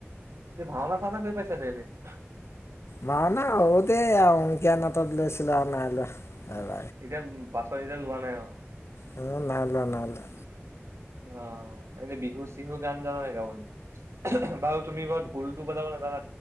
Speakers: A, on the right; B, on the left.
A: এ ভাওনা চাওনা কৰি পাইছা তেহেতি?
B: ভাওঁনা সৰুতে অংকীয়া নাটত লৈছিলে আৰু নাই লোৱা <unintelligible>
A: এতিয়া পাছত এতিয়া লোৱা নাই আৰু?
B: <unintelligible> নাই লোৱা - নাই লোৱা।
A: অ, এনে বিহু চিহু গান জানানে গাবলে বাৰু তুমি <unintelligible> ঢোল টো বজাব লাগ